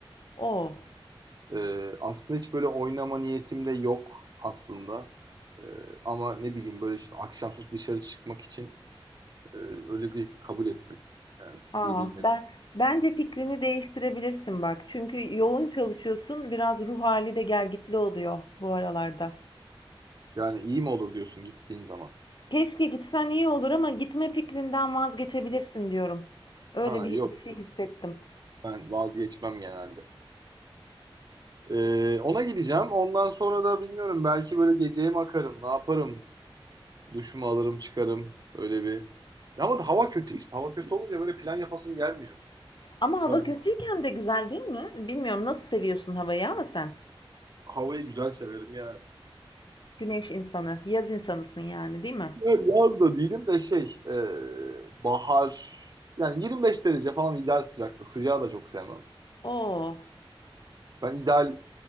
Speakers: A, on the left; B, on the right.
A: Oo.
B: Ee, aslında hiç böyle oynama niyetim de yok aslında. Ee, ama ne bileyim böyle şimdi akşam sırf dışarı çıkmak için e, öyle bir kabul ettim. Yani
A: Aa,
B: geleyim dedim.
A: ben bence fikrini değiştirebilirsin bak. Çünkü yoğun çalışıyorsun. Biraz ruh hali de gelgitli oluyor bu aralarda.
B: Yani iyi mi olur diyorsun gittiğin zaman?
A: Keşke gitsen iyi olur ama gitme fikrinden vazgeçebilirsin diyorum. Öyle
B: Ha
A: bir,
B: yoktu.
A: bir şey hissettim.
B: Ben vazgeçmem genelde. Ee, ona gideceğim. Ondan sonra da bilmiyorum belki böyle geceye mi akarım, ne yaparım? Duşumu alırım, çıkarım. Öyle bir. Ya Ama hava kötü işte. Hava kötü olunca böyle plan yapasım gelmiyor.
A: Ama hava
B: Biraz
A: kötüyken de güzel değil mi? Bilmiyorum nasıl seviyorsun havayı ama sen.
B: havayı güzel severim yani.
A: Güneş insanı, yaz insanısın yani değil mi?
B: Yani yaz da değilim de şey e, bahar yani 25 derece falan ideal sıcaklık. Sıcağı da çok sevmem.
A: Oo,
B: Ben ideal